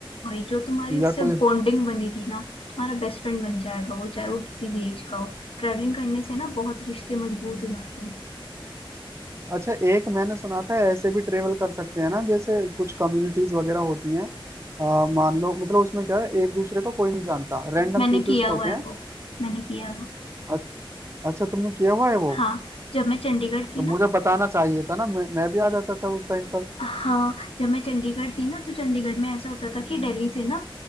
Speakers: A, on the left; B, on the right.
A: भाई जो तुम्हारी उससे
B: या कोई
A: बॉन्डिंग बनेगी ना तुम्हारा बेस्ट फ्रेंड बन जाएगा वो चाहे वो किसी भी एज का हो ट्रैवलिंग करने से ना बहुत रिश्ते मजबूत हो जाते हैं
B: अच्छा एक मैंने सुना था ऐसे भी ट्रेवल कर सकते हैं ना जैसे कुछ कम्युनिटीज वगैरह होती हैं अ, मान लो मतलब उसमें क्या है एक दूसरे को कोई नहीं जानता रैंडम
A: मैंने
B: पीपल्स
A: किया
B: होते
A: हुआ है
B: हैं
A: वो मैंने किया है वो
B: अ- अच्छा तुमने किया हुआ है वो
A: हाँ जब मैं चंडीगढ़ थी
B: तो
A: ना
B: मुझे बताना चाहिए था ना मैं, मैं भी आ जाता था उस टाइम पर
A: हाँ जब मैं चंडीगढ़ थी ना तो चंडीगढ़ में ऐसा होता था कि दिल्ली से ना